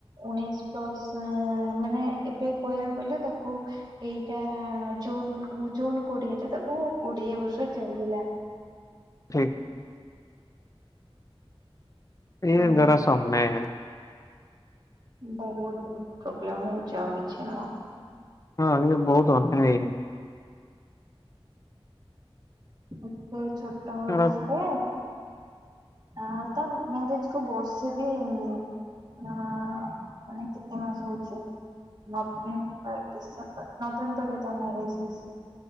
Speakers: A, on the right (about 40°); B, on the left (about 35°).
A: ଉଣେଇଶ ପ୍ଲସ ମାନେ ଏବେ କହିବାକୁ ଗଲେ ତାକୁ ଏଇଟା ଜୁନ ଜୁନ କୋଡିଏଟା ତାକୁ କୋଡିଏ ବର୍ଷ ଚାଲିଲା।
B: ଠିକ୍। ଇଏ
A: ତ
B: ଜରା ସନା
A: ବହୁତ ପ୍ରୋବ୍ଲେମ ହଉଛି ଆଉ କିଛି ନୁହଁ।
B: ହଁ ଇଏ ବହୁତ <unintelligible>
A: ଏତେ ଛୋଟ
B: ଏଗୁଡା
A: ବୟସରେ ଆ ତା ମରେଜକୁୁ ବର୍ଷେ ବି ହେଇନି। ହଁ ମାନେ କେତେ ମାସ ହଉଛି? ନଭେମ୍ବର ଡିସେମ୍ବର ନଭେମ୍ବର ରେ ତା ମ୍ୟାରେଜ ହେଇଛି।